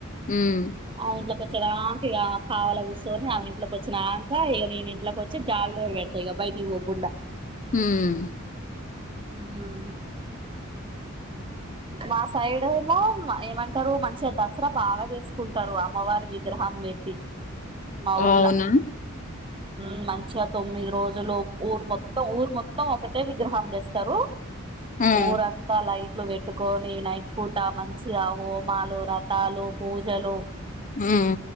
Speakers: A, on the left (about 35°); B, on the right (about 25°).
A: ఉమ్
B: ఆమె ఇంట్లోకి వచేదాక ఇక కావాల కూర్చొని ఆమె ఇంట్ ఇంట్లోకి వచ్చినాంక ఇక నేను ఇంట్లోకి వచ్చి జాడోరు పెడతా ఇక బయటికి పోకుండా
A: హమ్
B: అమ్ మా సైడ్ ఏమో ఏమంటారు మంచిగా దసరా బాగా చేసుకుంటారు అమ్మవారి విగ్ర హం పెట్టి మా ఊర్లో
A: అవునా
B: ఉమ్ మంచిగా తొమ్మిది రోజులు ఊరు మొత్తం ఊరు మొత్తం ఒకటే విగ్రహం తేస్తారు
A: హ్మ్
B: ఊరు అంతా లైట్లు పెట్ పెట్టుకొని నైట్ పూట మంచిగా హోమాలు వ్రాతలు పూజలు
A: హ్మ్